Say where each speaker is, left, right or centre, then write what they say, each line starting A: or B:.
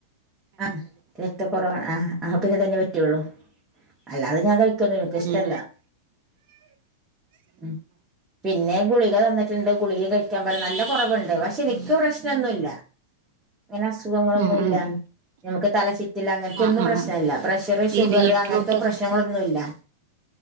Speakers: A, on the right (about 20°); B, on the right (about 55°).
A: ആഹ് രക്തക്കൊറവാണ് ആഹ് ആഹ് അപ്പൊ ഇതന്നെ പറ്റുള്ളൂ അല്ലാതെ ഞാൻ കഴി ക്കുന്ന നിനക്ക് ഇഷ്ടല്ല
B: ഉം
A: ഉം പിന്നെ ഗുളിക തന്നിട്ടുണ്ട് ഗുളിക കഴിക്കാൻ പറഞ്ഞ് നല്ല കുറവുണ്ട് പക്ഷെ എനിക്ക് പ്രശ്നൊന്നുമല്ല. അങ്ങനെ അസുഖങ്ങളൊന്നുമില്ല
B: ഉം ഉം ഉം
A: നമുക്ക് തല ചുറ്റില്ല അങ്ങനത്തെ
B: ആഹ്
A: ഒന്നും
B: ആഹ്
A: പ്രശ്നമില്ല പ്രഷറ് ഷുഗറ്
B: ഈ ബീറ്റ്റൂട്ടൊക്കെ
A: അങ്ങനത്തെ പ്രശ്നങ്ങളൊന്നും ഇല്ല